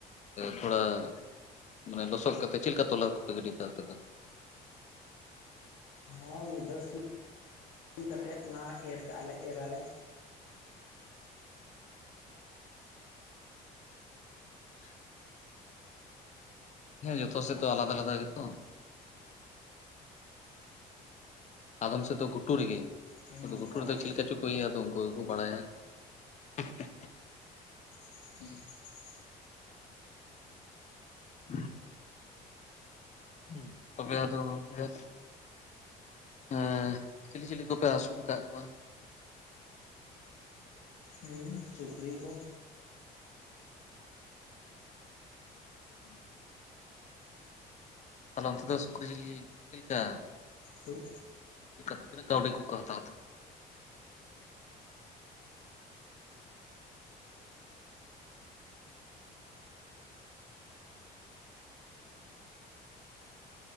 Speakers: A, on the left; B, on the left.
A: ᱛᱷᱚᱲᱟ ᱢᱟᱱᱮ ᱞᱚᱥᱚᱫ ᱠᱟᱛᱮᱫ ᱪᱮᱫ ᱞᱮᱠᱟ ᱛᱚᱞᱟ ᱠᱟᱛᱮᱯᱮ ᱜᱟᱹᱰᱤ ᱵᱟᱲᱟ ᱠᱟᱫᱟ?
B: ᱦᱚᱸ ᱢᱤᱫ ᱫᱷᱟᱹᱣ ᱥᱤ ᱠᱟᱛᱮᱫ ᱚᱱᱟ ᱮᱨ ᱠᱟᱜᱼᱟ ᱞᱮ ᱮᱨ ᱟᱞᱮ᱾
A: <inaudible> ᱦᱮᱸ ᱡᱚᱛᱚ ᱥᱮᱫ ᱛᱚ ᱟᱞᱟᱫᱟ ᱟᱞᱟᱫᱟ ᱜᱮ ᱛᱚ᱾ ᱟᱫᱚᱢ ᱥᱮᱫ ᱫᱚ ᱜᱷᱩᱴᱩ ᱨᱮᱜᱮ
B: ᱦᱩᱸ
A: ᱟᱫᱚ ᱜᱩᱴᱩ
B: ᱦᱳᱭ
A: ᱨᱮᱫᱚ ᱪᱮᱫ ᱞᱮᱠᱟ ᱪᱚ ᱯᱟᱹᱭ ᱟᱫᱚ ᱩᱱᱠᱩ ᱜᱮᱠᱚ ᱵᱟᱲᱟᱭᱟ, <unintelligible>
B: <unintelligible>
A: <inaudible> <unintelligible> ᱛᱚᱵᱮ ᱟᱫᱚ ᱜᱚᱝᱠᱮ ᱦᱮᱸ ᱪᱤᱞᱤ ᱪᱤᱞᱤ ᱠᱚᱯᱮ ᱟᱹᱥᱩᱞ ᱠᱟᱫ ᱠᱚᱣᱟ?
B: ᱦᱩᱸ ᱥᱩᱠᱨᱤ ᱠᱚ,
A: <unintelligible> ᱛᱟᱦᱚᱞᱮ ᱚᱱᱛᱮ ᱫᱚ ᱥᱩᱠᱨᱤ ᱡᱤᱞ ᱪᱮᱫ ᱞᱮᱠᱟ?
B: ᱪᱮᱜ?
A: ᱪᱤᱠ ᱠᱟ ᱛᱤᱱᱟᱹᱜ ᱠᱟᱹᱣᱰᱤ ᱠᱚ ᱠᱚ ᱦᱟᱛᱟᱣ ᱛᱮ?